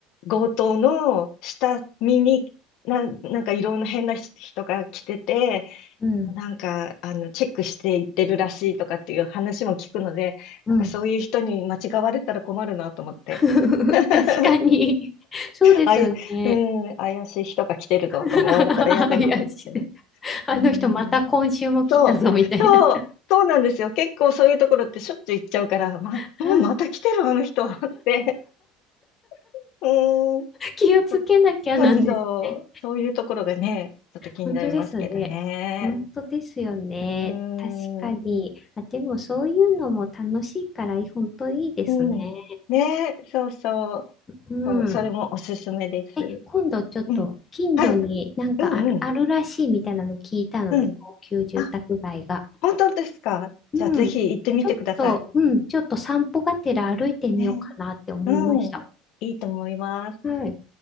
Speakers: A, on the left; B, on the left.
A: 強盗の下見に、な、なんかいろんな変な人が来てて、
B: うん。
A: なんか、あの、チェックしていってるらしいとかっていう話も聞くので、
B: うん。
A: なんかそういう人に間違われたら困るなと思って。
B: <laughs> 確かに。
A: <laughs>
B: そうですよね。
A: あい、うん、怪しい人が来てるぞと思われたら嫌だなと思って。
B: <laughs> 怪しい。あの人また今週も来たぞみたいな。
A: うん、そう、そう、そうなんですよ。結構そういうところってしょっちゅう行っちゃうから、ま、
B: <laughs>
A: もうまた来てるあの人って。<laughs> うん、
B: 気をつけなきゃなんですね。
A: そそうそう、そういうところがね、ちょっと気になりますけどね。
B: 本当ですね。本当ですよね。
A: うん、
B: 確かに。あ、でもそういうのも楽しいから、本当いいですね。
A: うん、ね、そうそう、
B: うん。
A: そう、それもおすすめです。
B: え、今度ちょっと近所になんかある、
A: うん、はい、うん、うん、
B: あるらしいみたいなの聞いたので、
A: うん。
B: 高級住宅街が。
A: あ、本当ですかじゃあぜひ行ってみてください。
B: うん。ちょっと、うん、ちょっと散歩がてら歩いてみようかなって思いました。
A: ね。うん。いいと思います。
B: はい。